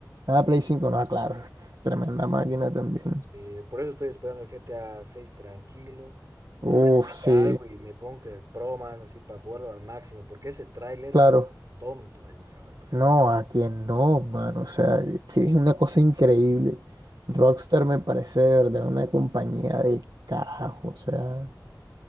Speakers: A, on the right; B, on the right.
A: Ah, Play 5, no, claro. Tremenda máquina también.
B: Eh, por eso estoy esperando el GTA seis tranquilo. Tal
A: Uf,
B: vez venda
A: sí,
B: algo y me ponga el Pro más así para jugarlo al máximo, porque ese tráiler
A: claro.
B: me ha tonto. Ahí me ha dejado el tráiler.
A: No, a quien no, mano. O sea, es que es una cosa increíble. Rockstar me parece de verdad una compañía de carajo. O sea.